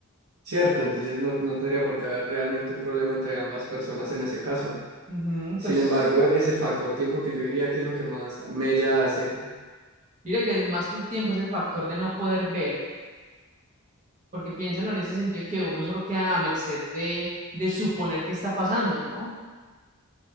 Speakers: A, on the right; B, on the right.
A: Cierto, entonces no, no tendría por qué haber realmente un problema entre ambas personas en ese caso.
B: Ujú,
A: Sin
B: pues
A: embargo, es el factor tiempo que yo diría que es lo que más mella hace.
B: mira que más que el tiempo es el factor de no poder ver, porque piénselo en ese sentido que uno solo queda a merced de, de suponer qué está pasando, ¿no?